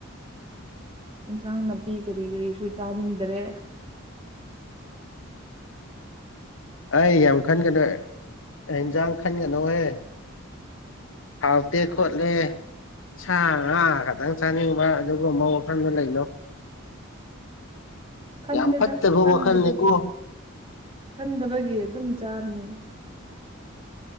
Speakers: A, on the left (about 65°); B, on the right (about 25°).
A: ꯎꯝ
B: ꯏꯟꯁꯥꯡ ꯅꯥꯄꯤ ꯀꯔꯤ ꯀꯔꯤꯁꯨ ꯆꯥꯅꯤꯡꯗꯔꯦ
A: ꯑꯩ ꯌꯥꯝ ꯈꯟꯒꯅꯨ ꯏꯟꯖꯥꯡ ꯈꯟꯒꯅꯣꯍꯦ ꯍꯥꯎꯇꯦ ꯈꯣꯠꯂꯦ ꯁꯥ ꯑꯥ ꯈꯤꯇꯪ ꯆꯥꯅꯤꯡꯕ ꯑꯗꯨꯒ ꯑꯃ ꯋꯥꯐꯝꯗ ꯂꯩꯅꯣ
B: <unintelligible> ꯈꯟꯗꯦꯅ
A: ꯌꯥꯝ ꯐꯠꯇꯕ
B: ꯈꯟꯗꯕꯒꯤ
A: ꯋꯥꯈꯜꯅꯤꯀꯣ
B: ꯈꯟꯗꯕꯒꯤ ꯑꯗꯨꯝ ꯆꯥꯃꯤ